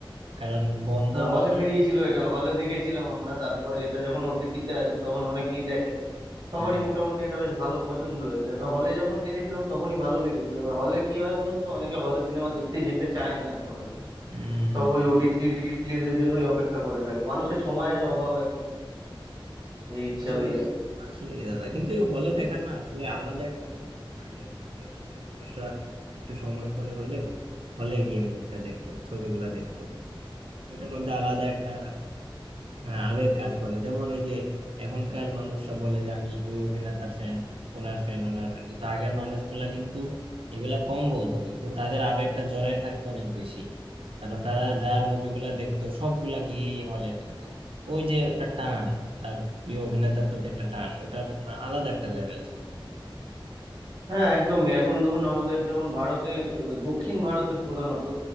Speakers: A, on the right; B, on the right.
A: কারণ বন্ধ
B: না হলে
A: মানেই
B: বেরিয়েছিল
A: তো-
B: এটা হলে দেখেছিলাম আমরা তারপরে এটা যখন ওটিটিতে আসে তখন অনেকেই দেখে সবারই
A: হ্যাঁ
B: মোটামুটি এটা বেশ ভালো পছন্দ হয়েছে না হলে যখন দেখেছিলাম তখনই ভালো লেগেছিল এবার হলে কি হয় বলুন তো অনেকে হলে সিনেমা দেখতে যেতে চায় না এখন আর
A: হম
B: সব ওই ওটিটি রিলিজের জন্যই অপেক্ষা করে থাকে মানুষের সময়ের অভাব এখন এই হিসাবেই
A: আসলে
B: আর কি
A: আসলে দাদা কিন্তু এই হলে দেখার না আসলে আলাদা একটা মজা আছে আগের আগের যুগের মানুষরা একটু সময় করে হলেও হলে গিয়ে মুভিটা দেখতো ছবিগুলা দেখতো ওটার মধ্যে আলাদা একটা হ্যাঁ, আবেগ কাজ করে যেমন এই যে এখনকার মানুষরা বলে যে আমি ওই অভিনেতার ফ্যান ওনার ফ্যান ওনার ফ্যান কিন্তু আগের মানুষগুলা কিন্তু এগুলা কম বলতো কিন্তু তাদের আবেগটা জড়ায় থাকতো অনেক বেশি কারণ তারা যার মুভিগুলা দেখতো সবগুলা গিয়েই হলে দেখতো ওই যে একটা টান তার প্রিয় অভিনেতার প্রতি একটা টান ওটার মানে আলাদা একটা লেভেল ছিল
B: হ্যাঁ একদমই এখন ধরুন আমাদের যেমন ভারতে দক্ষিণ ভারতে প্রধানত